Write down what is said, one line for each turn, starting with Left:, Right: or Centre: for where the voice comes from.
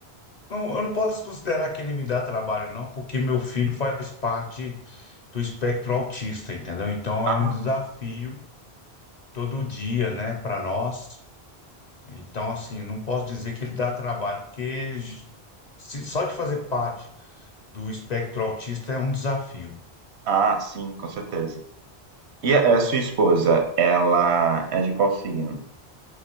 Left: não- eu não posso considerar que ele me dá trabalho, não, porque meu filho faz parte do espectro autista, entendeu? Então
Right: Ah,
Left: é um desafio todo dia, né, para nós. Então, assim, não posso dizer que ele dá trabalho, porque se- só de fazer parte do espectro autista é um desafio.
Right: ah, sim, com certeza. E a a sua esposa, ela é de qual signo?